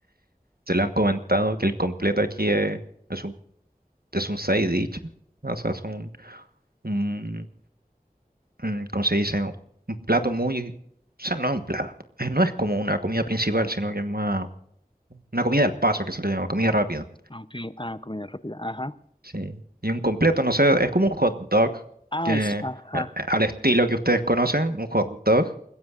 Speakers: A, on the right; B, on the left.
A: se lo han comentado, que el completo aquí es, es un, es un side dish. O sea, es un, mm, ¿cómo se dice? Un un plato muy, o sea, no es un plato, eh, no es como una comida principal, sino que es más una comida al paso que se le llama, comida rápida.
B: Ah, ok. Ah, comida rápida. Ajá.
A: Sí. Y un completo, no sé, es como un hot dog,
B: Ah,
A: que
B: es, ajá.
A: eh, al estilo que ustedes conocen, un hot dog,